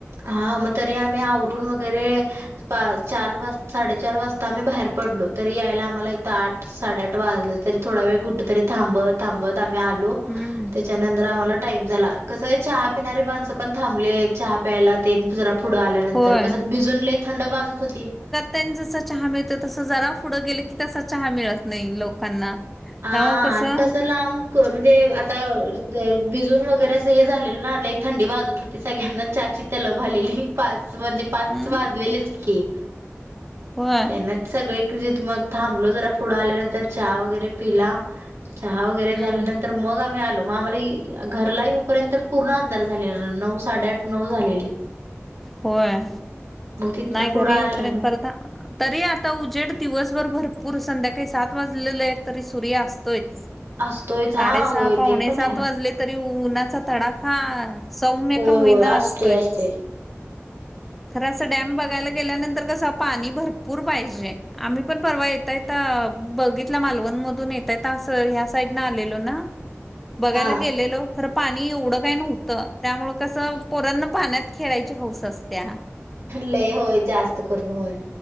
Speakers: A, on the right; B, in the centre.
A: हा, मग तरी आम्ही आवरून वगैरे. पा चार वाज साडेचार वाजता आम्ही बाहेर पडलो तरी यायला आम्हाला इथं आठ. साडेआठ वाजलं तरी थोडा वेळ कुठ तरी थांबत थांबत आम्ही आलो.
B: हम्म
A: त्याच्यानंतर आम्हाला टाईम झाला चहा पिणारी माणस पण थब चहा. प्यायला ते जरा पुढं आल्यानंतर
B: होय
A: कसं भिजूनले थंड वाजत होती.
B: तेन जस चहा मिळत तस जरा पुढं गेलं की, तसा चहा मिळत नाही लोकांना.
A: हा,
B: त्यामुळे कसं
A: आणि कस लांब. म्हणजे आता भिजून वगैरे असं हे झालेलं नाही थंडी वाजत होती सगळ्यांना चहाची. त्यालाभा आलेली पाच म्हणजे पाच
B: हम्म
A: वाजलेलेच की,
B: होय
A: ते ना. सगळे जथ मग थांबलो जरा पुढं आल्यानंतर हा वगैरे पिला. चहा वगैरे
B: हम्म
A: झाल्यानं''--'' तर मग आम्ही आलो मग आम्हाला घरला येऊपर्यंत पूर्ण अंदार झालेला नऊ साडे आठ नऊ झालेले.
B: होय
A: मग तिथनं
B: नाही
A: पुढं
B: घरी
A: आल्यान
B: उपर्यंत परत आ ''--'' तरी आता उजेड दिवसभर भरपूर संध्याकाळी सात वाजलेले तरी सूर्य असतोच.
A: असतोयच
B: साडेसहा
A: हा होय
B: पावणे
A: ते पण
B: सात
A: आहे.
B: वाजले तरी उ उन्हाचा तडाखा. सौम्य
A: होय
B: का
A: होय
B: होईना
A: असतोय
B: असतोयच.
A: असतय.
B: खरं असं डॅम बघायला गेल्यानंतर कसं पाणी भरपूर पाहिजे. आम्ही पण परवा येतय बघितला मालवण मधून येतय ह्या साईड न आलेलो ना. बघायला
A: हा
B: गेलेलो. खर पाणी एवढं काय नव्हतं त्यामुळ कसं पोरांना पाण्यात खेळायची हौस असत्या.
A: लय होय जास्त करून.